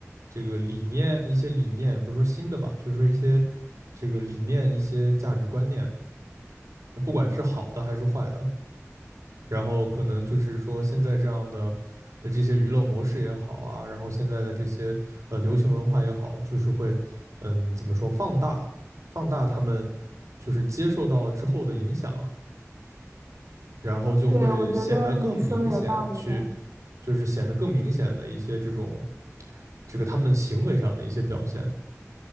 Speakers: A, on the right; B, on the right.
A: 这个理念，一些理念也不是说新的吧，就是说一些这个理念、一些价值观念，不管是好的还是坏的，然后可能就是说现在这样的，呃这些娱乐模式也好啊，然后现在的这些呃流行文化也好，就是会，嗯，怎么说，放大放大他们就是接受到了之后的影响，然后就会显得更明显去，
B: 对，我觉得你说的有道理的。
A: 就是显得更明显的一些这种这个他们行为上的一些表现，